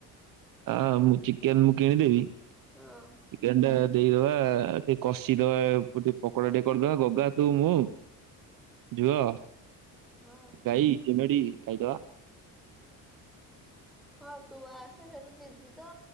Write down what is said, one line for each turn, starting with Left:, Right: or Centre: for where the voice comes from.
Right: ହଁ ମୁଁ ଚିକେନ ମୁଁ କିଣିଦେବି। ଚିକେନ
Centre: ହଁ
Right: ଟା ଦେଇଦବା ଟିକେ କଷିଦବା ଟିକେ ପକୋଡା ଟିକେ କରିଦବା ଗଗା, ତୁ, ମୁଁ ଯୁଅ,
Centre: ହଁ
Right: ଗାଇ, ଚିମିଡି ଖାଇଦବା
Centre: ହଁ ତୁ ଆସେ ସେଠୁ ଦିଦି ତ